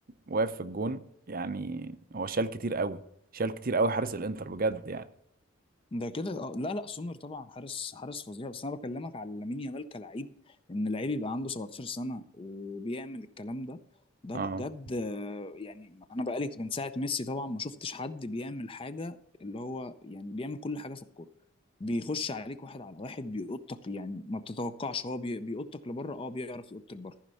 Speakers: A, on the right; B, on the left.
A: واقف في الجون يعني هو شال كتير قوي شال كتير قوي حارس الانتر بجد يعني
B: ده كده اه لا لا سومر طبعا حارس حارس فظيع بس انا بكلمك على لامين يامال كلاعب ان لعيب يبقى عنده 17 سنه وبيعمل الكلام ده ده
A: اه
B: بجد آه، يعني انا بقالي من ساعه ميسي طبعا ما شفتش حد بيعمل حاجه اللي هو يعني بيعمل كل حاجه في الكوره بيخش عليك واحد على واحد بيقطك يعني ما بتتوقعش هو بي- بيقطك لبره اه بيعرف يقط لبره